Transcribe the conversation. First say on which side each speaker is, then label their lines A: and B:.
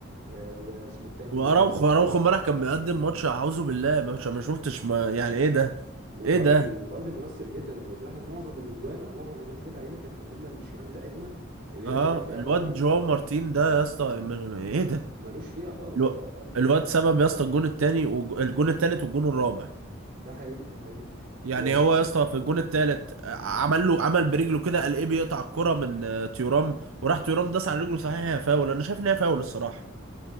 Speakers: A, on the right; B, on the right.
A: آه، واسمه التاني
B: واراوخو
A: و...
B: اراوخو
A: و...
B: امبارح كان بيقدم ماتش اعوذ بالله مش ما شفتش ما يعني ايه ده
A: وبالدي
B: ايه ده
A: وبالدي مؤثر جدا انت لو تلاحظ معظم الاجوان او معظم الهجمات اللي جت علينا كانت من يمه الشمال بتاعتنا اللي
B: اه
A: هي اللي كان فيها
B: الواد
A: بالدي
B: جواو مارتين ده يا اسطى م- ايه ده
A: ملوش فيها خالص
B: الو-
A: ضايع خالص
B: الواد سبب يا اسطى الجون التاني والجون التالت والجون الرابع
A: ده حقيقي ده حقيقي
B: يعني
A: و...
B: هو يا اسطى في الجون التالت عمل له عمل برجله كده القيب يقطع الكرة من آه، تيورام وراح تيورام داس على رجله صحيح هي فاول انا شايف ان هي فاول الصراحة